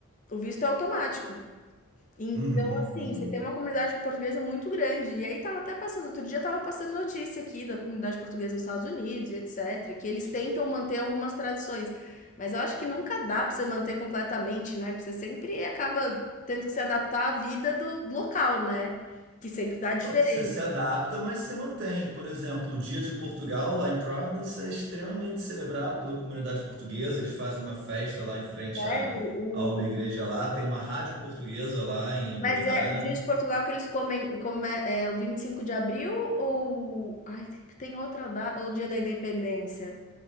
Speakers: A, on the left; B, on the right.
A: O visto é automático. Então,
B: Uhum,
A: assim,
B: uhum.
A: você tem uma comunidade portuguesa muito grande. E aí tava até passando, outro dia tava passando notícia aqui da comunidade portuguesa nos Estados Unidos, e etc, que eles tentam manter algumas tradições, mas eu acho que nunca dá pra você manter completamente, né? Porque você sempre acaba tendo que se adaptar à vida do local, né? Que sempre dá diferente,
B: Não, você se adapta, mas você mantém. Por exemplo, o Dia de Portugal, lá em Providence, é extremamente celebrado pela comunidade portuguesa. Eles fazem uma festa lá em frente
A: né?
B: a,
A: O,
B: a uma
A: o-
B: igreja lá. Tem uma rádio portuguesa lá em Rhode
A: mas é
B: Island.
A: o dia de Portugal que eles comem, come, é é o 25 de abril ou ai, tem tem outra data, ou o dia da Independência?